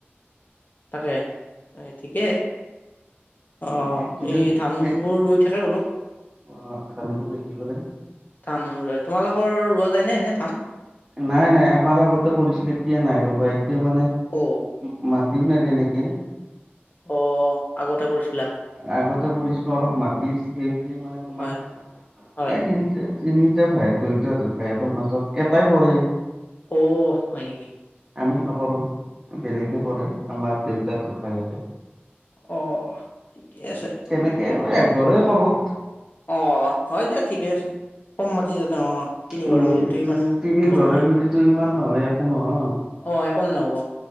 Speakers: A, on the left; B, on the right.
A: তাকে এ ঠিকে অ
B: কিন্তু
A: এই
B: দেখোন
A: ধানবোৰ
B: এক
A: ৰুই থাকে বোলো।
B: অ ধানবোৰ হেৰি কৰে।
A: ধান ৰুৱে। তোমালোকৰ ৰোৱা যায় নে এনে ধান?
B: নাই নাই আমাৰ আগতে কৰিছিল এতিয়া নাই ৰ'বা এতিয়া মানে
A: অ।
B: মাটিও নেদে এনেকে।
A: অ আগতে কৰিছিলা?
B: আগতে কৰিছিলো অলপ মাটি সেইখিনি মানে তোমাৰ
A: হয়
B: এই
A: হয়
B: তিনি তিনিটা ভায়েক, দুইটা ককায়েকৰ মাজত এটাই কৰে।
A: অ'! হয় নেকি?
B: আমি নকৰোঁ, বেলেগে
A: অ
B: কৰে। আমাৰ দেউতাৰ ভায়েকে।
A: অ'! ঠিকে আছে।
B: তেনেকে আৰু একঘৰে কৰোঁ।
A: অ'! হয় দিয়া, ঠিকে আছে। কম মাটি যেতিয়া অ'! তিনিঘৰ
B: উম
A: মিলিতো ইমান
B: তিনি
A: সম্ভৱ নহয়।
B: <unintelligible> ইমান নহয় একো নহয়।
A: অ'! একো নহ'ব,